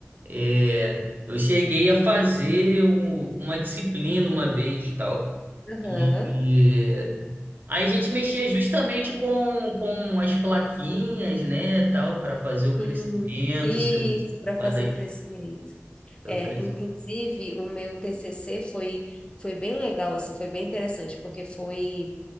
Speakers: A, on the right (about 40°); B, on the left (about 20°).
A: é, eu cheguei a fazer o- uma disciplina uma vez, tal.
B: Aham,
A: E Aí a gente mexia justamente com, com as plaquinhas, né, tal, para fazer o crescimento,
B: sim. Isso,
A: selo-
B: para fazer
A: lá lá daí,
B: o crescimento.
A: o
B: É,
A: crescimento.
B: inclusive, o meu TCC foi, foi bem legal, assim, foi bem interessante, porque foi